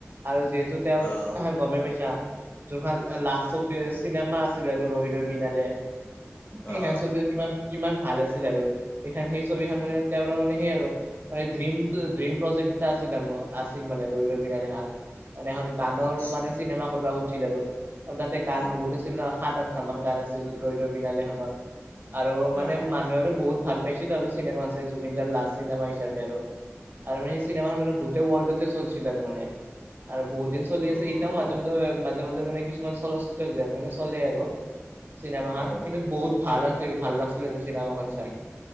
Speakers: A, on the right (about 50°); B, on the left (about 45°).
A: আৰু যিহেতু তেওঁৰ
B: অ',
A: গমেই পাইছা যোনখন লাষ্ট চব চিনেমা আছিল আৰু ৰৈ ৰৈ বিনালে সেইখন
B: অ'।
A: ছবিও কিমান কিমান ভাল আছিল আৰু সেইখন সেই ছবিখন মানে তেওঁৰ মানে সেই আৰু মানে ড্ৰিম ড্ৰিম প্ৰজেক্ট এটা আছিল আছিল মানে ৰৈ ৰৈ বিনালে খান মানে এখন গানৰ
B: আচ্ছা।
A: মানে চিনেমা কৰিবা খুজছিল আৰু তাতে গান
B: অ',
A: বহুত আছিল ন সাত আঠটা মান গান আছিল ৰৈ ৰৈ বিনালে খানত আৰু
B: অ',
A: মানে মানুহৰো বহুত ভাল স্পেচিয়েল আৰু চিনেমা আছে জুবিন দাৰ লাষ্ট চিনেমা হিচাপে আৰু আৰু মানে সেই চিনেমাখন মানে গোটেই ৱৰ্ল্ডতে চলছিল আৰু মানে আৰু বহুত দিন চলি আছে
B: উম,
A: এতিয়াও মাজে মাজে মাজে মাজে মানে কিছুমান চলচিত্ৰ গৃহত মানে চলে আৰু চিনেমাখান
B: অ',
A: কিন্তু বহুত ভাল আছিল ভাল লাগছিল চিনেমাখন চাই